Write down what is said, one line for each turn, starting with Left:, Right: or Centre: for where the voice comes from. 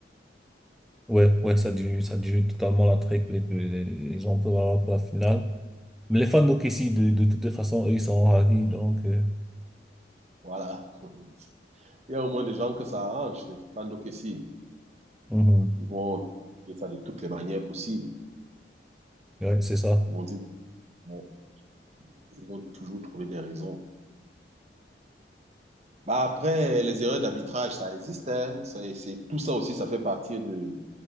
Centre: ouais ouais ça dilue ça dilue totalement l'attrait que les, les, les gens peuvent avoir pour la finale. Les fans ici, de, de toutes les façons, eux, ils sont ravis, donc, euh,
Right: voilà. <laughs> Il y a au moins des gens que ça arrange, les fans d'OKC.
Centre: mhm.
Right: Ils vont faire ça de toutes les manières possibles.
Centre: Ouais, c'est ça.
Right: Ils vont dire, euh, ils vont toujours trouver des raisons. Bah après, les erreurs d'arbitrage, ça existe, hein. Ça- C'est, tout ça aussi, ça fait partie de,